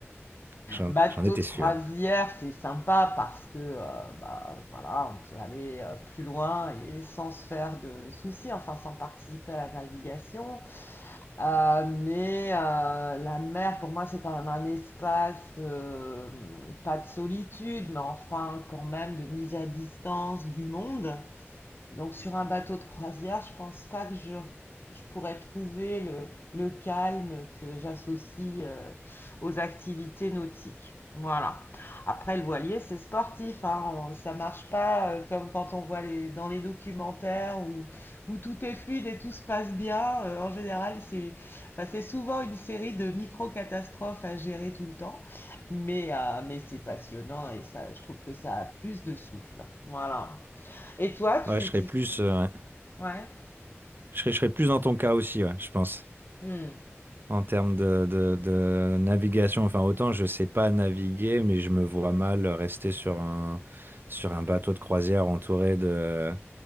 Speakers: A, on the right; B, on the left.
A: J'en
B: Bateau
A: j'en étais
B: de croisière,
A: sûr.
B: c'est sympa parce que euh, bah, voilà, on peut aller euh, plus loin et sans se faire de soucis, enfin sans participer à la navigation. Euh, mais euh, la mer, pour moi, c'est quand même un espace, euh, pas de solitude, mais enfin quand même de mise à distance du monde. Donc sur un bateau de croisière, je pense pas que je, je pourrais trouver le, le calme que j'associe euh, aux activités nautiques. Voilà. Après, le voilier, c'est sportif, hein. On- ça marche pas euh, comme quand on voit les, dans les documentaires où, où tout est fluide et tout se passe bien. Euh, en général, c'est, enfin, c'est souvent une série de micro-catastrophes à gérer tout le temps, mais, euh, mais c'est passionnant et ça, je trouve que ça a plus de souffle. Voilà. Et toi,
A: Ouais,
B: tu,
A: je serais
B: tu...
A: plus, euh, ouais.
B: Ouais.
A: je serais, je serais plus dans ton cas aussi, ouais, je pense.
B: Hmm.
A: en termes de, de- de navigation. Enfin, autant je sais pas naviguer, mais je me vois mal rester sur un, sur un bateau de croisière entouré de,